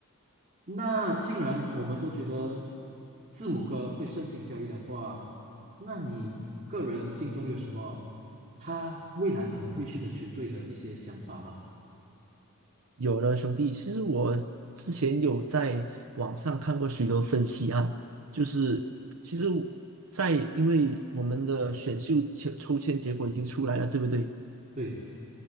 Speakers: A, on the right (about 35°); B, on the right (about 75°).
A: 那既然我们都觉得字母哥会申请交易的话，那你个人心中有什么他未来可能会去的球队的一些想法吗？
B: 有的兄弟，其实我之前有在网上看过许多分析案，就是其实在，因为我们的选秀抽抽签结果已经出来了，对不对？
A: 对，